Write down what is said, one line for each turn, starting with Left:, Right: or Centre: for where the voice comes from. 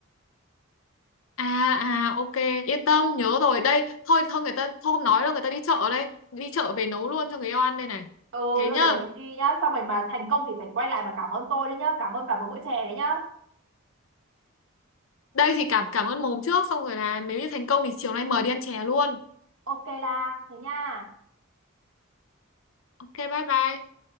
Left: À à ok yên tâm nhớ rồi đây thôi thôi người ta thôi không nói đâu người ta đi chợ đây đi chợ về nấu luôn cho người yêu ăn đây này
Right: ừ
Left: thế
Right: thôi
Left: nhá
Right: rồi, rồi đi, đi nhá xong rồi mà thành công thì phải quay lại và cảm ơn tôi đấy nhá cảm ơn bà một bữa chè đấy nhá
Left: đây thì cảm cảm ơn mồm trước xong rồi là nếu như thành công thì chiều nay mời đi ăn chè luôn
Right: ok là thế nha
Left: ok bye bye